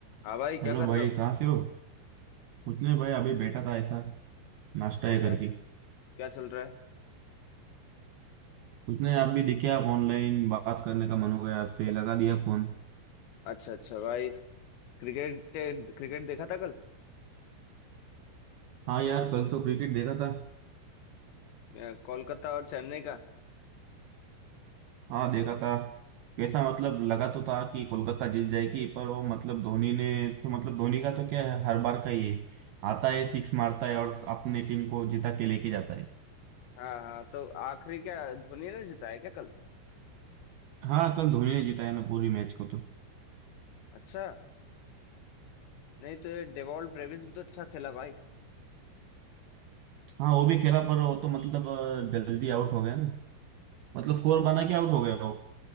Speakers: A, on the left; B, on the right.
A: हाँ भाई क्या
B: Hello
A: कर
B: भाई
A: रहे हो
B: कहाँ से हो कुछ नहीं भाई अभी बैठा था ऐसा नाश्ता
A: और
B: ये करके
A: क्या क्या चल रहा है
B: कुछ नहीं आप भी दिखे आप ऑनलाइन बात करने का मन हो गया आपसे लगा दिया फोन
A: अच्छा अच्छा भाई क्रिकेट क्रिकेट देखा था कल
B: हाँ यार कल तो क्रिकेट देखा था
A: अ, कोलकाता और चेन्नई का
B: हाँ देखा था कैसा मतलब लगा तो था कि कोलकाता जीत जाएगी पर वो मतलब धोनी ने तो मतलब धोनी का तो क्या है हर बार का ये आता है सिक्स मारता है और अपने टीम को जिता के लेके जाता है
A: हाँ हाँ तो आखिरी क्या धोनी ने जीता है क्या कल
B: हाँ कल धोनी ने जिताया ना पूरी मैच को तो
A: अच्छा नहीं तो ये डेवॉल्ट ब्रेविस भी तो अच्छा खेला भाई
B: हाँ वो भी खेला पर वो तो मतलब अ, जल्दी आउट हो गया ना मतलब स्कोर बना के आउट हो गया वो